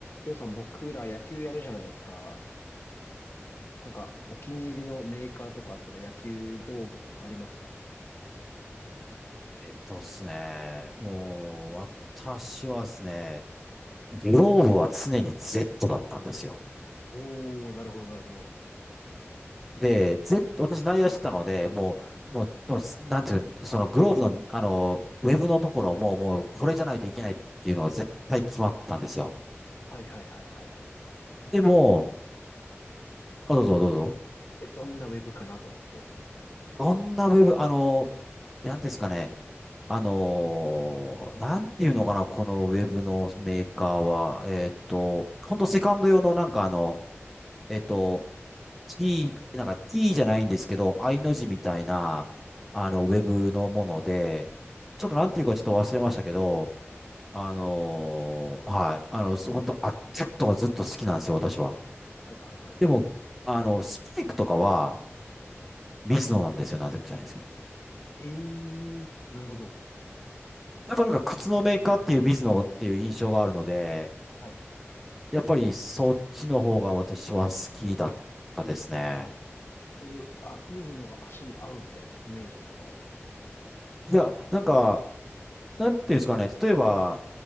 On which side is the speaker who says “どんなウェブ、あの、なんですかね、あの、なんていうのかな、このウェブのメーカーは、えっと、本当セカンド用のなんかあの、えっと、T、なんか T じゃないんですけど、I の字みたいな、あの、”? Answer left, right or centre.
Centre